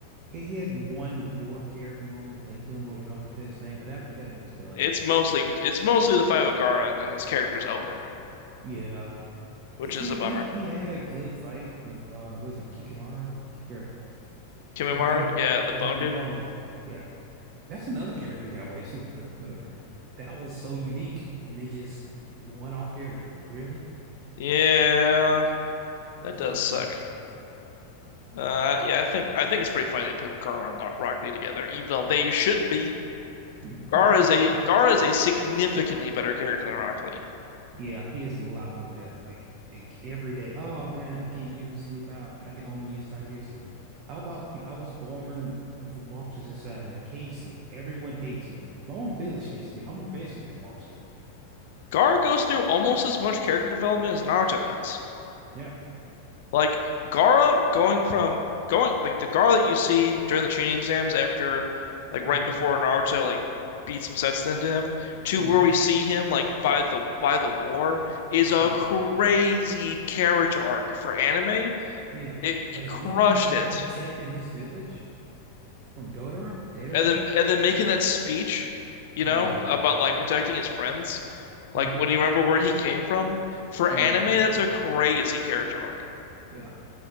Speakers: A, on the right; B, on the left.
A: He had one more character moment, like doing a little drunken fist thing, but after that, it was done.
B: It's mostly it's mostly the fight with Gaara, and then his character's over,
A: Yeah,
B: which
A: he
B: is
A: had
B: a bummer.
A: he, he had a good fight with uh, what is it Kikimara? Kikira,
B: Kimimaru,
A: the the the,
B: yeah, the
A: the,
B: bone
A: bo- the
B: dude,
A: Bone Man. Yeah, that's another character that got wasted, but whatever. That was so unique, and they just one off character. Really,
B: yeah,
A: that
B: that
A: was
B: does
A: so unique.
B: suck. Uh, yeah, I think I think it's pretty funny they put Gaara and Lo- Rock Lee together, even though they shouldn't be.
A: <laughs>
B: Gaara is a Gaara is a significantly better character than Rock Lee.
A: Yeah, he is a lot more depth. Like, like every day, oh man, I can't use any power. I can only use taijutsu. How about pe- I was born with monsters inside of me. I can't sleep. Everyone hates me. My own village hates me. I'm a, basically a monster.
B: Gaara goes through almost as much character development as Naruto does.
A: Yeah.
B: Like Gara going from going like the Gara that you see during the tuning exams after like right
A: hmm
B: before Naruto like beat some sense into him to
A: hmm
B: where we see him like by the by the war is a
A: Yeah.
B: crazy character arc for anime.
A: Yeah.
B: It
A: Like
B: crushed
A: him, like
B: it.
A: protecting his village from Dodora, Dedora.
B: And then and then making that speech, you
A: Yeah.
B: know, about like
A: It,
B: protecting his friends.
A: hmm
B: Like what do you remember where he came from? For
A: hmm
B: anime, that's a crazy character arc.
A: Yeah.